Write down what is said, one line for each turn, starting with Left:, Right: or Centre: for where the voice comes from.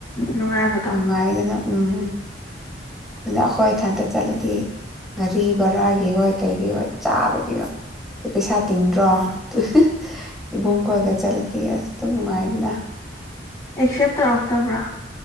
Left: ꯅꯨꯡꯉꯥꯏꯕꯗꯣ
Centre: ꯅꯨꯡꯉꯥꯏꯗꯅ ꯎꯝ꯫ ꯑꯗꯨ ꯑꯩꯈꯣꯏ ꯏꯊꯟꯇ ꯆꯠꯂꯗꯤ ꯒꯥꯔꯤ ꯚꯔꯥꯒꯤ ꯑꯣꯏ ꯀꯩꯒꯤ ꯑꯣꯏ ꯆꯥꯕꯒꯤ ꯑꯣꯏ꯫ ꯁ ꯄꯩꯁꯥ ꯇꯤꯡꯗ꯭ꯔꯣ ꯗꯨ ꯍ ꯏꯕꯨꯡ ꯈꯣꯏꯒ ꯆꯠꯂꯗꯤ ꯑꯁ ꯑꯗꯨꯝ ꯅꯨꯡꯉꯥꯏꯗꯅ꯫
Left: ꯑꯦꯛꯁꯦꯞ ꯇꯧꯔꯛꯇꯕ꯭ꯔꯣ꯫